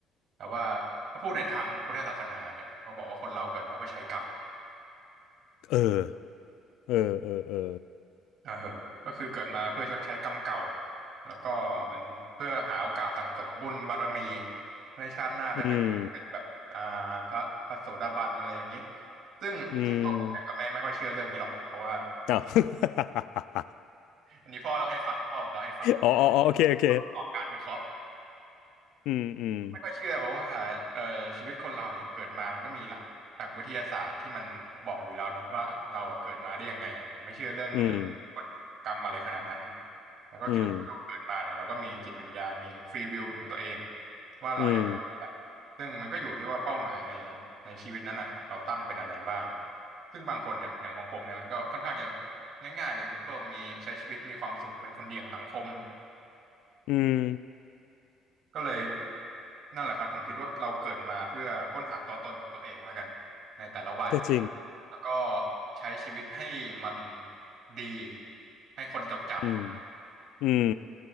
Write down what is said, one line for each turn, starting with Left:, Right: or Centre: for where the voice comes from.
Right: แต่ว่าถ้าพูดในทางพุทธศาสนาเนี่ยเขาบอกว่าคนเราเกิดมาเพื่อใช้กรรม
Left: เออเออเออเออ
Right: เออก็คือเกิดมาเพื่อชดใช้กรรมเก่า แล้วก็เหมือนเพื่อหาโอกาสสั่งสมบุญบารมีเพื่อให้ชาติหน้าได้ไปเป็นแบบอ่า
Left: อืม
Right: พระพระโสดาบันอะไรอย่างนี้ ซึ่งเรื่องตัวผมเนี่ยก็ไม่ไม่ค่อยเชื่อเรื่องนี้หรอก
Left: อืม
Right: เพราะว่า
Left: อ้าว <laughs>
Right: อันนี้พ่อเล่าให้ฟังพ่อผมเล่าให้ฟัง
Left: อ๋ออ๋ออ๋อโอเคโอเค
Right: ประกอบการวิเคราะห์
Left: อืมอืม
Right: ไม่ค่อยเชื่อเพราะว่าเอ่อชีวิตคนเราเนี่ยเกิดมามันก็มีหลักหลักวิทยาศาสตร์ที่มันบอกอยู่แล้วเนาะว่าเราอะเกิดมาได้ยังไงผมไม่เชื่อเรื่องเรื่องกฎกรรมอะไรขนาดนั้น
Left: อืม
Right: แล้วก็คิดว่าเราเกิดมาเนี่ยเราก็มีจิตวิญญาณมีฟรีวิลของตัวเอง
Left: อืม
Right: ว่าเราอยาก
Left: อืม
Right: ซึ่งมันก็อยู่ที่ว่าเป้าหมายในในชีวิตนั้นอะของเราตั้งเป็นอะไรบ้างซึ่งบางคนเนี่ยอย่างของผมเนี่ยมันก็ค่อนข้างจะง่ายๆเลย simple มีใช้ชีวิตมีความสุขเป็นคนดีของสังคม
Left: อืม
Right: ก็เลยนั่นแหละครับผมคิดว่าเราเกิดมาเพื่อค้นหาตัวตนของตัวเองแล้วกันในแต่ละวัย
Left: ก็จริง
Right: แล้วก็ใช้ชีวิตให้มันดีให้คนจดจำ
Left: อืม อืม